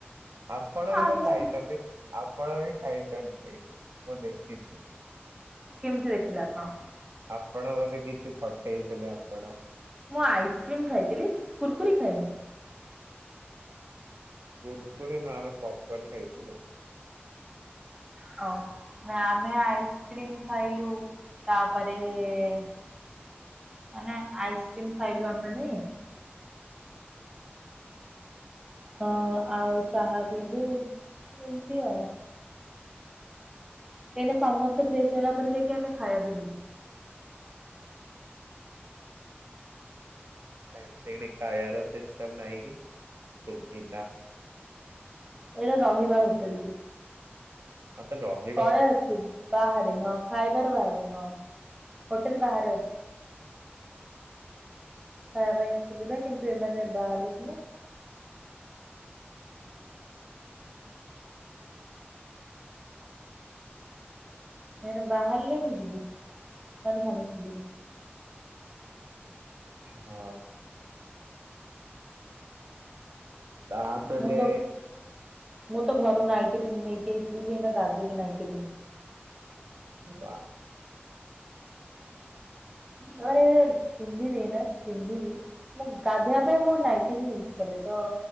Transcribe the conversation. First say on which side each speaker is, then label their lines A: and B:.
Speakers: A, on the right; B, on the right.
A: ଆପଣ
B: ଆଉ
A: ବି ତ
B: ମୁଁ
A: ଖାଇଚନ୍ତି। ଆପଣ ବି ଖାଇଚନ୍ତି ମୁଁ ଦେଖିଚି।
B: କେମିତି ଦେଖିଲେ ଆପଣ?
A: ଆପଣ ବୋଧେ କିଛି ପଠେଇଥିଲେ ଆପଣ।
B: ମୁଁ ଆଇସ୍କ୍ରିମ୍ ଖାଇଥିଲି କୁର୍କୁରି ଖାଇନି।
A: କୁର୍କୁରି ନା ଆମେ ପପ୍ କନ୍ ଖାଇଥିଲୁ।
B: ହଉ ନା ଆମେ ଆଇସ୍କ୍ରିମ୍ ଖାଇଲୁ ତାପରେ ମାନେ ଆଇସ୍କ୍ରିମ୍ ଖାଇଲୁ ଆମେ ମାନେ। ହଁ ଆଉ ଚାହା ପିଇଲୁ ଏମତି ଆଉ। ଏଇନେ ସମସ୍ତେ ଫ୍ରେଶ ହେଲା ପରେ ଯାଇକି ଆମେ ଖାଇବାକୁ ଯିବୁ।
A: ସେ ଟାୟର ସିଷ୍ଟଟମ ନାହିଁ କି ସୁବିଦା।
B: ଏଇରା ରହିବା ହୋଟେଲ ଟି।
A: <unintelligible> ରହି।
B: ତଳେ ଅଛି ବାହାରେ ହଁ ଖାଇବାର ବାହାରେ ହଁ ହୋଟେଲ ବାହାରେ ଅଛି। ଖାଇବା ପାଇଁ ସୁବିଧା କିନ୍ତୁ ଏମାନେ ବାହାରିଲେ ସିନା। ସେମାନେ ବାହାରିଲେ ମୁଁ ଯିବି ମାନେ ସମସ୍ତେ ଯିବୁ।
A: ହଁ। ତାପରେ
B: ମୁଁ ତ ମୁଁ ତ ଘରୁ ନାଇଟି ପିନ୍ଧି ନେଇକି ଥିଲି ଯେ ଏନା ଗାଧେଇକି ନାଇଟି ପିନ୍ଧିଚି।
A: <unintelligible>
B: <unintelligible> ପିନ୍ତି ବିନା ପିନ୍ତି ବି। ମୁଁ ଗାଧୋଇବା ପାଇଁ ମୁଁ ନାଇଟି ହିଁ ୟୁଜ୍ କରେ ତ